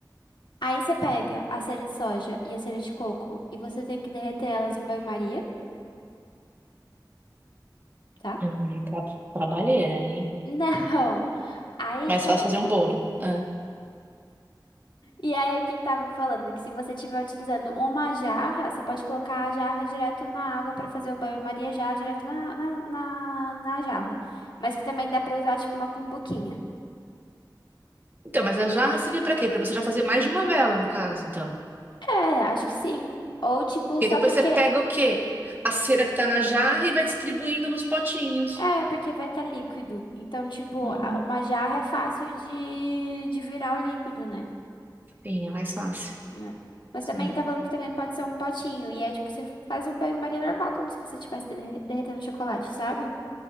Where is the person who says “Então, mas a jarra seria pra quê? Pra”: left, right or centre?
Right